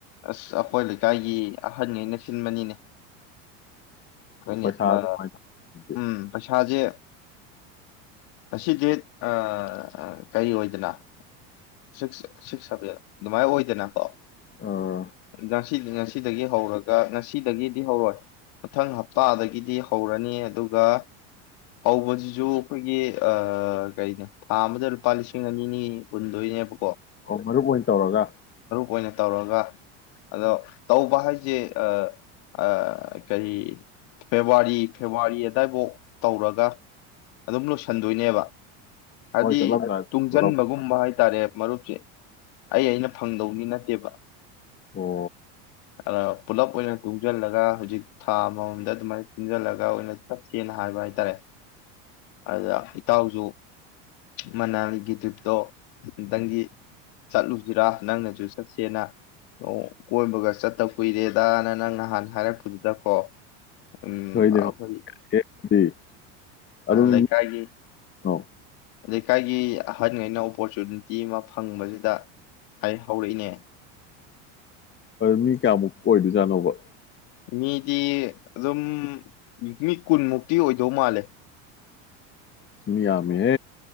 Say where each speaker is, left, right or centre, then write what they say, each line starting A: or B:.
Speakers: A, on the left; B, on the left.
A: ꯑꯁ ꯑꯩꯈꯣꯏ ꯂꯩꯀꯥꯏꯒꯤ ꯑꯍꯟꯉꯩꯅ ꯁꯤꯟꯕꯅꯤꯅꯦ ꯈꯣꯏꯅꯤ
B: ꯑꯣ ꯄꯩꯁꯥꯁꯦ
A: ꯃ
B: ꯀꯃꯥꯏꯅ ꯇꯧꯒꯦ
A: ꯝ ꯄꯩꯁꯥꯖꯦ ꯉꯁꯤ ꯗꯦꯠ ꯑ ꯑ ꯀꯔꯤ ꯑꯣꯏꯗꯅ ꯁꯤꯛꯁ ꯁꯤꯛꯁ ꯁꯕꯦꯟ ꯑꯗꯨꯃꯥꯏꯅ ꯑꯣꯏꯗꯅꯀꯣ
B: ꯑꯥ
A: ꯉꯁꯤ ꯉꯁꯤꯗꯒꯤ ꯍꯧꯔꯒ ꯉꯁꯤꯗꯒꯤꯗꯤ ꯍꯧꯔꯣꯏ ꯃꯊꯪ ꯍꯞꯇꯥꯗꯒꯤꯗꯤ ꯍꯧꯔꯅꯤ ꯑꯗꯨꯒ ꯍꯧꯕꯁꯤꯁꯨ ꯑꯩꯈꯣꯏꯒꯤ ꯑ ꯀꯩꯩꯅꯣ ꯊꯥ ꯑꯃꯗ ꯂꯨꯄꯥ ꯂꯤꯁꯤꯡ ꯑꯅꯤꯅꯤ ꯍꯨꯟ ꯗꯣꯏꯅꯦꯕ
B: ꯑꯣ ꯃꯔꯨꯞ ꯑꯣꯏ ꯇꯧꯔꯒ
A: ꯑꯣꯏꯅ ꯇꯧꯔꯒ ꯑꯗꯣ ꯇꯧꯕ ꯍꯥꯏꯁꯦ ꯑ ꯑ ꯀꯔꯤ ꯐꯦꯕꯋꯥꯔꯤ ꯐꯦꯕꯋꯥꯔꯤ ꯗꯥꯏꯕꯣꯛ ꯇꯧꯔꯒ ꯑꯗꯨꯝ ꯂꯣꯏꯁꯤꯟꯗꯣꯏꯅꯦꯕ ꯍꯥꯏꯗꯤ
B: ꯍꯣꯏ ꯆꯠꯂꯝꯗꯥꯏ
A: ꯇꯨꯡꯖꯟꯕꯒꯨꯝꯕ
B: ꯂꯧꯊꯣꯛ
A: ꯍꯥꯏꯇꯥꯔꯦ ꯃꯔꯨꯞꯁꯦ ꯑꯩ ꯑꯩꯅ ꯐꯪꯗꯧꯗꯤ ꯅꯠꯇꯦꯕ
B: ꯑꯣ
A: ꯑꯗ ꯄꯨꯂꯞ ꯑꯣꯏꯅ ꯇꯨꯡꯖꯜꯂꯒ ꯍꯧꯖꯤꯛ ꯊꯥ ꯑꯃꯃꯝꯗ ꯑꯗꯨꯃꯥꯏꯅ ꯇꯨꯡꯖꯜꯂꯒ ꯑꯣꯏꯅ ꯆꯠꯁꯦꯅ ꯍꯥꯏꯕ ꯍꯥꯏꯇꯥꯔꯦ ꯑꯗ ꯏꯇꯥꯎꯁꯨ ꯃꯅꯥꯂꯤꯒꯤ ꯇ꯭ꯔꯤꯞꯇꯣ ꯇꯪꯒꯤ ꯆꯠꯂꯨꯁꯤꯔꯥ ꯅꯪꯅꯁꯨ ꯆꯠꯁꯤ ꯅꯥ ꯇꯧ ꯀꯣꯏ ꯒ ꯆꯠꯇ ꯀꯨꯏꯔꯦꯗꯅ ꯅꯪ ꯅꯍꯥꯟ ꯍꯥꯏꯔꯛꯄꯗꯨꯗ ꯀꯣ ꯎ
B: ꯍꯣꯏꯅꯦ
A: ꯑꯩꯈꯣꯏꯒꯤ
B: ꯍꯣꯏꯅꯦ ꯑꯗꯨꯗꯤ ꯑꯗꯨꯝ
A: ꯂꯩꯀꯥꯏꯒꯤ
B: ꯑꯧ
A: ꯑꯗꯩꯀꯥꯏꯒꯤ ꯑꯍꯟꯉꯩꯅ ꯑꯣꯄꯣꯔꯆꯨꯅꯤꯇꯤ ꯑꯃ ꯐꯪꯕꯁꯤꯗ ꯑꯩ ꯍꯧꯔꯛꯏꯅꯦ
B: ꯃꯤ ꯀꯌꯥꯃꯨꯛ ꯑꯣꯏꯗꯣꯏꯖꯥꯠꯅꯣꯕ
A: ꯃꯤꯗꯤ ꯑꯗꯨꯝ ꯃꯤ ꯀꯨꯟꯃꯨꯛꯇꯤ ꯑꯣꯏꯗꯧ ꯃꯥꯜꯂꯦ
B: ꯃꯌꯥ ꯃ